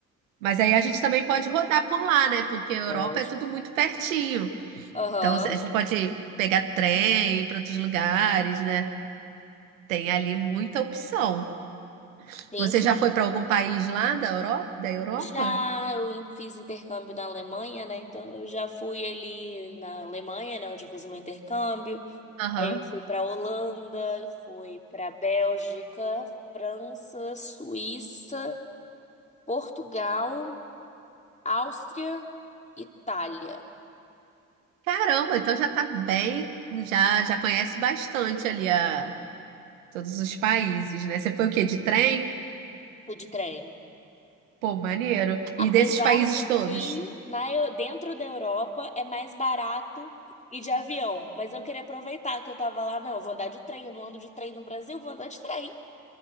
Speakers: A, on the right; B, on the left.
A: Mas aí a gente também pode rodar por lá, né? Porque a Europa
B: Pode.
A: é tudo muito pertinho.
B: Aham.
A: Então a gente pode pegar trem para outros lugares, né? Tem ali muita opção.
B: Sim,
A: Você
B: sim.
A: já foi para algum país lá da Europa? Da Europa?
B: Já eu in- fiz intercâmbio na Alemanha, né? Então eu já fui ali na Alemanha, né, onde eu fiz o meu intercâmbio.
A: Aham.
B: Aí eu fui para Holanda, fui para Bélgica, França, Suíça, Portugal, Áustria, Itália.
A: Caramba, então já tá bem, já já conhece bastante ali a todos os países, né? Você foi o quê? De trem?
B: Fui de trem.
A: Pô, maneiro.
B: Apesar
A: E desses países
B: de
A: todos?
B: que na, Eu- dentro da Europa é mais barato ir de avião. Mas eu queria aproveitar que eu tava lá, não, eu vou andar de trem, eu não ando de trem no Brasil, eu vou andar de trem.